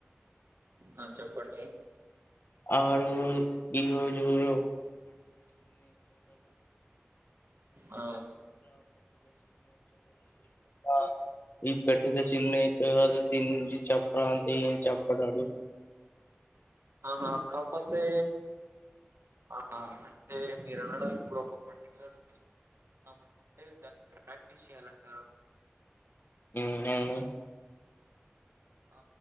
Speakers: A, on the right (about 90°); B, on the left (about 55°).
A: ఆ చెప్పండి
B: ఆడు ఈరోజు <unintelligible> <inaudible> వి <unintelligible>
A: ఆ
B: ఆ ఈ పెట్టటిద చిల్ న అ దీని గురించి చెప్ప అంటే ఏం చెప్ప పడాడు
A: ఆహా కాకపోతే ఆ అంటే మీరు అనడం ఇప్పుడు ఒక పర్టికు్యలర్ స్కమ్ందమంటే దాన్ని ప్రాక్టీస్ చేయాలంటారు <unintelligible>
B: ఇంకేమి
A: ఆ